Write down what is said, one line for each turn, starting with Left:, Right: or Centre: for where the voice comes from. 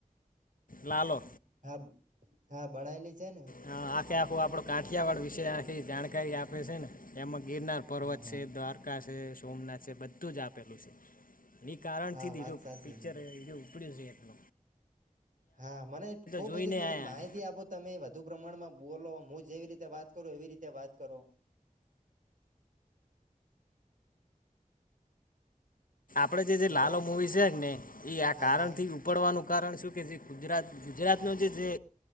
Left: લાલો.
Right: હા હા ભણાયલી છે ને.
Left: હ આખે આખું આપડ કાઠિયાવાડ વિશે આખી જાણકારી આપે છે ને એમાં ગિરનાર પર્વત
Right: હા હા
Left: છે દ્વારકા છે સોમનાથ છે બધું જ આપેલું છે. એની કારણ
Right: હા
Left: થી જ
Right: વાત
Left: હીજ
Right: સાચી
Left: પિક્ચરું
Right: છે
Left: ઉપડ્યું છે એટલ.
Right: હા મને ખુબ
Left: જોઈને
Right: બધી થોડીક
Left: આયા
Right: માહિતી આપો. તમે વધુ પ્રમાણમાં બોલો હું જેવી રીતે વાત કરું એવી રીતે વાત કરો.
Left: આપણેે જે જે
Right: હેલો
Left: લાલ મૂવી છે ને એ આ
Right: હા
Left: કારણથી
Right: હા
Left: પડવાનું કારણ શું કે જે ગુજરાત ગુજરાતનો જે જે